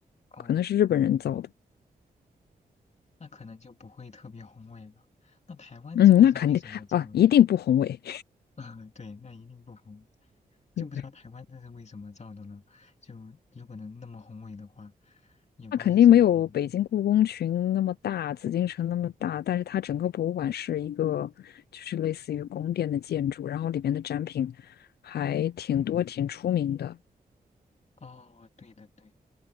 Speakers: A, on the left; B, on the left.
A: 哦，
B: 可能是日本人造的。
A: 那可能就不会特别宏伟了。那台湾这个是为什么造呢？
B: 嗯，那肯定啊，一定不宏伟。
A: <laughs> 啊，对，那一定不红，就不知道台湾这是为什么造的呢？
B: <laughs>
A: 就如果能那么宏伟的话，也不知道是什么原因。
B: 那肯定没有北京故宫群那么大，紫禁城那么大，但是它整个博物馆是一个，就是类似于宫殿的建筑，然后里面的展品还挺多，挺出名的。
A: 哦，对的对，